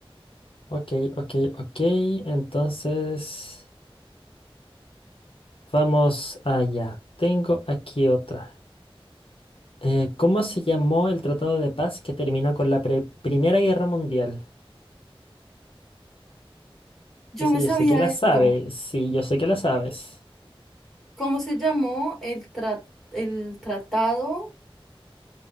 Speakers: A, on the left (about 65°); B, in the centre.
A: Ok, ok, ok, entonces vamos allá. Tengo aquí otra. Eh, ¿cómo se llamó el Tratado de Paz que terminó con la pre- Primera Guerra Mundial?
B: Yo
A: Esa
B: me
A: yo
B: sabía
A: sé que la sabes.
B: esto.
A: Sí, yo sé que la sabes.
B: ¿Cómo se llamó el, tra- el tratado